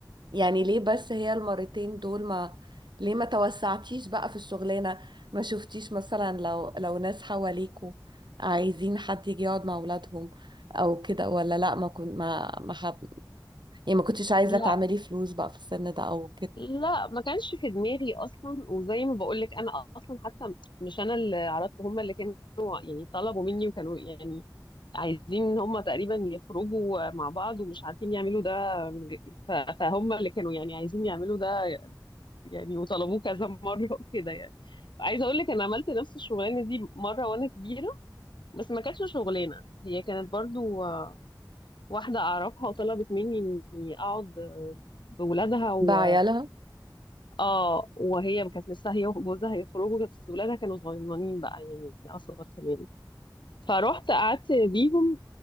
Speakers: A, on the right; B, on the left.
A: يعني ليه بس هي المرتين دول ما ليه ما توسعتيش بقى في الشغلانة ما شفتيش مثلا لو لو ناس حواليكوا عايزين حد يجي يقعد مع أولادهم أو كده ولا لأ ما كنت ما ما حب... يعني ما كنتش عايزة
B: لا
A: تعملي فلوس بقى في السن ده أو كده
B: لا ما كانش في دماغي اصلا وزي ما بقول لك انا اصلا حتى مش انا اللي عرضت هم اللي كانوا يعني طلبوا مني وكانوا يعني عايزين ان هم تقريبا يخرجوا مع بعض ومش عارفين يعملوا ده ف- فهم اللي كانوا يعني عايزين يعملوا ده يعني وطلبوه كذا مرة <laughs> وكده يعني عايزة اقول لك انا عملت نفس الشغلانة دي مرة وانا كبيرة بس ما كانتش شغلانة هي كانت برضو آه، واحدة اعرفها وطلبت مني اني اقعد آه، بولادها و...
A: بعيالها
B: اه وهي كانت لسه هي وجوزها هيخرجوا بس ولادها كانوا صغننين بقى يعني اصغر كمان فروحت قعدت بيهم